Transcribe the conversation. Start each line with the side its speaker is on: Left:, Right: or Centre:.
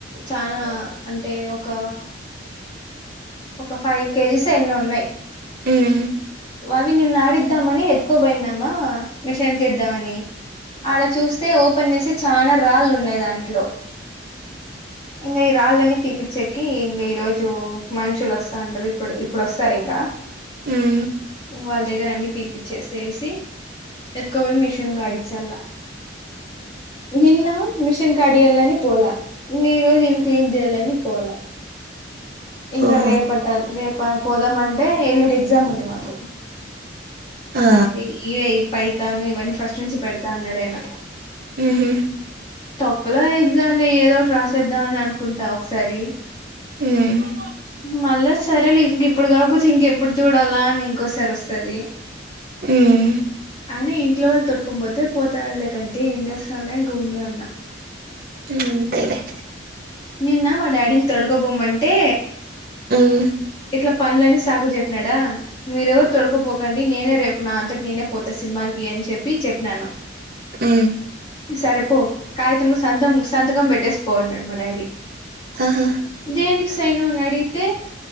Left: చనా అంటే ఒక ఒక ఫైవ్ కేజీస్ ఎన్నో ఉన్నాయి
Right: ఉమ్
Left: అవి నిన్నాడిద్దామనీ ఎత్కోబైనమ్మా మిషన్కిద్దామని ఆడ చూస్తే ఓపెన్ చేసి చాలా రాళ్ళు ఉన్నాయి దాంట్లో ఇంగా ఈ రాళ్ళన్నీ తీపిచ్చెకి ఇంగ ఈ రోజు మనుషులు వస్తాండ ఇప్పుడు ఇప్పుడు వస్తారు ఇంకా
Right: ఉమ్
Left: ఇం వాళ్ళ దగ్గర అన్ని తీపిచ్చేసేసి ఎతుకోబని మిషన్ ఆడిచ్చలా నిన్న మిషన్ కడి ఎలని పోల ఇన్న ఈ రోజు ఇవి క్లీన్ చేయలని పోల ఇంక
Right: ఓహో
Left: రేపట్టన్ రే పోదామంటే ఎల్డి ఎగ్జామ్ ఉంది మాకు
Right: ఆ
Left: అది పైతాను ఇవన్నీ ఫస్ట్ నుంచి పెడతా అన్నాడుయన
Right: మ్హూ,
Left: తొక్కలో ఎగ్జామ్ లో ఏదోటి రాసేద్దాం అని అనుకుంటా ఒకసారి
Right: మ్,
Left: మళ్ళా సరే లే ఇంక ఇప్పుడు కాకపోతే ఇంకెప్పుడు చూడాలా అని ఇంకోసారి వస్తుది
Right: మ్,
Left: అయినా ఇంట్లో వాళ్ళు తొడుకు పోతే పోతాళ్లేకంటే ఏం చేస్తాలేని భూమినే ఉన్నా
Right: అంతేలే
Left: నిన్న మా డాడీని తడుకోబోమంటే
Right: మ్,
Left: ఇట్లా పనులని సాగు చెప్పినడా మీర ఎవరు తొడకపోకండి నేనే రేపు నా అంతటి నేనే పోతా సినిమాకి అని చెప్పి చెప్పినాను
Right: ఉ
Left: ఇసరేపో కాగితంలోంలో సంతం సంతకం పెట్టేసి పోన్నాడు మా డాడీ
Right: ఆహా
Left: దనికినికి సైను అడిగితే